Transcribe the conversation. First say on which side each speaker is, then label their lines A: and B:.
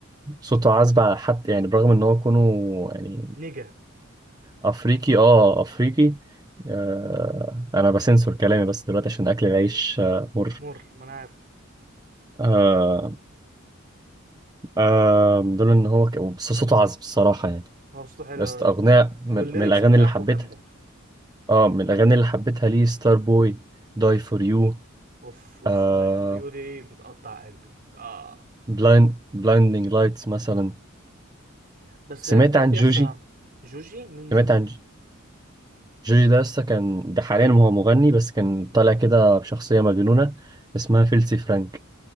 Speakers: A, on the right; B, on the right.
A: صوته عذب على حد يعني برغم ان هو كونه يعني
B: نجا
A: افريقي اه افريقي آه انا بسنسور كلامي بس دلوقتي عشان اكل العيش آه مر
B: مر ما انا عارف
A: آه آه دول ان هو ك- بس صوته عذب الصراحه يعني
B: هو صوته حلو
A: است-
B: قوي يا
A: اغنيه
B: اسطى
A: من,
B: والليركس
A: من الاغاني
B: بتاعته
A: اللي حبيتها
B: جامده
A: اه من الاغاني اللي حبيتها ليه ستار بوي داي فور يو
B: اوف اوف
A: آه
B: لايف فور يو دي بتقطع قلبي اه
A: بلايند بلايندينج لايتس مثلا
B: بس
A: سمعت
B: بجد
A: عن
B: يا
A: جوجي
B: اسطى جوجي مين جوجي
A: سمعت عن جوجي ده لسه كان ده حاليا هو مغني بس كان طالع كده بشخصية مجنونة اسمها فيلسي فرانك